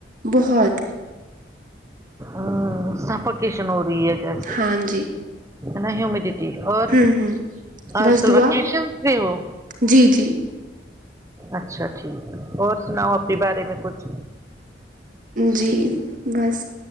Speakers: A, on the right; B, on the right.
A: بہت
B: ا سفکیشن ہو رہی ہے جیسے
A: ہاں جی
B: نہی ںوں میں اور
A: ہوں ہوں
B: آج
A: بس
B: کل
A: دعا
B: ویکیشن پے ہو
A: جی جی
B: اچھا ٹھیک اور سناؤ اپنے بارے میں کچھ
A: جی بس